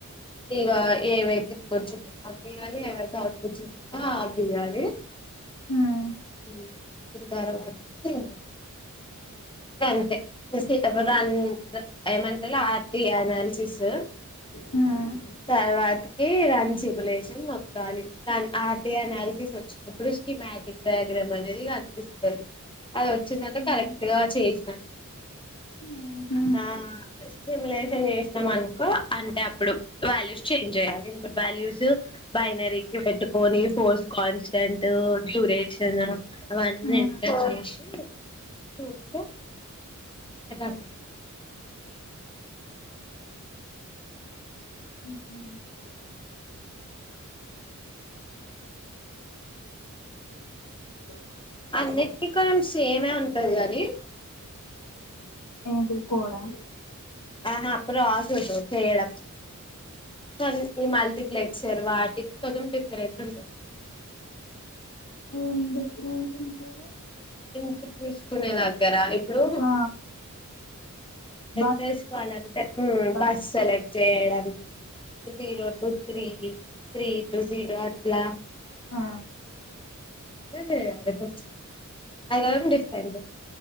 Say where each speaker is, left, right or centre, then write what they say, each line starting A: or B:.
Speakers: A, on the left (about 15°); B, on the left (about 65°).
A: ఇక ఏవైతే ఇ కూచున్నాయో అవేయాలి ఏవైతే అవుట్ పుట్స్ ఆ వయ్యాలి
B: హ్మ్
A: అ ఇంత ఆరవటము అంతే ఇక సీత ప్రధానము ఏమంటారు ఆర్టీ అనాలిసిస్
B: హ్మ్
A: తరవాతకి <unintelligible> కానీ ఆట అనాలిసిస్ వచ్చినప్పుడు కిమాటిక్ డయాగ్రామ్ అనేది కనిపిస్తుంది. అది వచ్చిందంటా
B: హ్మ్
A: కరెక్ట్ గా చేసిన
B: హ్మ్
A: నా సిములైజ్ చేసాం అనుకో అంటే ఇప్పుడు వాల్యూస్ చేంజ్ చేయాలి. ఇ వాల్యూస్ బైనరీకి పెట్టుకొని, ఫోర్స్ కాన్స్టెంట్ డ్యూరేషన్ అవన్నీంత
B: హ్మ్
A: చేసి చూస్తే. గంతకంటే
B: ఉహు బ
A: అన్నిటికి కొంచెం సేమే ఉంటది గాని
B: ఏంటి కోడా
A: ఆహా అప్పుడు రా చూడు చేయడం కొ ఈ మల్టీప్లెక్సర్ వాటికి కొంచెం డిఫరెంట్ ఉంటది.
B: ఏం డిఫరెంట్ ఉంటది.
A: ఇ చూసుకునే దగ్గర ఇప్పుడు
B: ఆ
A: ఎట్సుకోవాలంటే
B: బస్ బస్
A: బస్లె జయడావి zero two three three two zero అట్లా
B: ఆ
A: ఇదే చేగాద కొంచం అది డిఫరెంట్